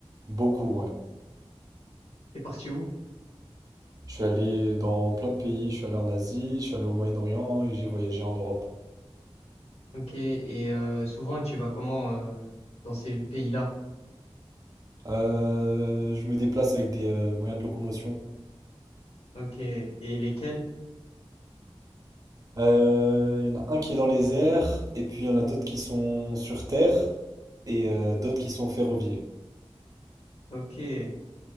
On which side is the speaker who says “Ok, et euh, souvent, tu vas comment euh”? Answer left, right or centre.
Left